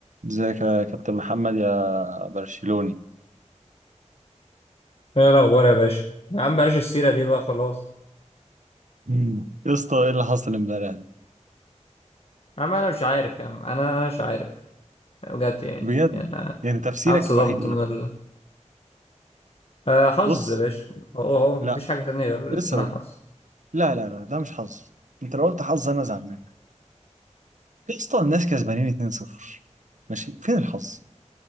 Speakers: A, on the right (about 80°); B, on the left (about 50°).
A: ازيك يا كابتن محمد يا برشلوني
B: ايه الاخبار يا باشا يا عم بلاش السيره دي بقى خلاص
A: مم. يا اسطى ايه اللي حصل امبارح ده
B: يا عم انا مش عارف يا عم انا انا مش عارف بجد يعني
A: بجد
B: يعني انا
A: يعني تفسيرك
B: أنا اتصدمت
A: الوحيد ايه
B: من ال آه، حظ
A: بص
B: يا باشا اهو اهو مفيش
A: لا
B: حاجه تانية غير
A: لسه
B: اسمها
A: اقول
B: حظ
A: لك. لا لا لا ده مش حظ انت لو قلت حظ انا زعلان يا اسطى الناس كسبانين 2-0 ماشي فين الحظ